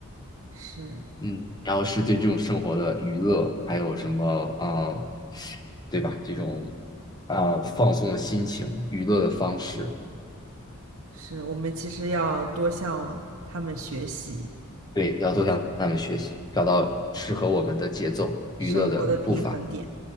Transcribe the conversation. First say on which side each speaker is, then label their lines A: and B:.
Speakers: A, on the right (about 80°); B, on the left (about 20°).
A: 是
B: 嗯，然后是对这种生活的娱乐，还有什么啊、呃对吧？这种啊、呃放松的心情、娱乐的方式，
A: 是，我们其实要多向他们学习
B: 对，要多向他们学习，找到适合我们的节奏、
A: 生活的平衡点。
B: 娱乐的步伐。对。